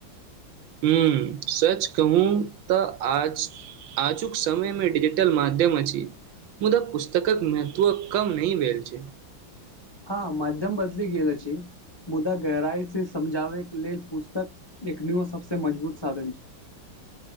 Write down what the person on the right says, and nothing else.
ह्म्म, सच कहू तऽ आज आजुक समयमे िजिटल मध्यम छी मुदा पुस्तकक महत्व कम नह भेलल छै।